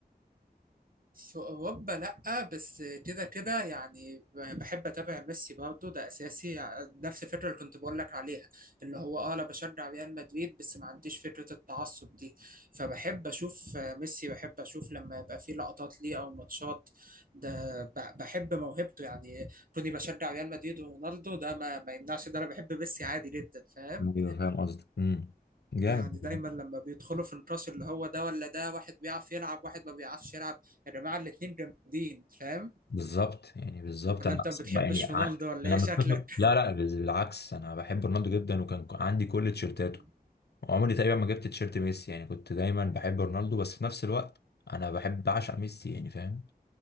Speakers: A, on the right; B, on the left.
A: في أوروبا لأ بس كده كده يعني بحب أتابع ميسي برضه ده أساسي نفس الفكرة اللي كنت بقول لك عليها اللي هو أه أنا بشجع ريال مدريد بس ما عنديش فكرة التعصب دي فبحب أشوف ميسي بحب أشوف لما يبقى فيه لقطات ليه أو ماتشات ده ب- بحب موهبته يعني كوني بشجع ريال مدريد ورونالدو ده ما, ما يمنعش ده أنا بحب ميسي عادي جدا فاهم
B: ايوه فاهم قصدك امم جامد
A: يعني دايما
B: والله.
A: لما بيدخلوا في الراس اللي هو ده ولا ده واحد بيعرف يلعب واحد ما بيعرفش يلعب يا جماعة الاتنين جامدين فاهم
B: بالظبط يعني بالظبط
A: ولا
B: انا
A: انت ما
B: اصلا
A: بتحبش
B: يعني ع-
A: رونالدو ولا
B: انا
A: ايه
B: متفق
A: شكلك
B: لا لا بز- بالعكس انا بحب رونالدو جدا وكان ك- عندي كل تيشيرتاته
A: مم.
B: وعمري تقريبا ما جبت تيشيرت ميسي يعني كنت دايما بحب رونالدو بس في نفس الوقت انا بحب بعشق ميسي يعني فاهم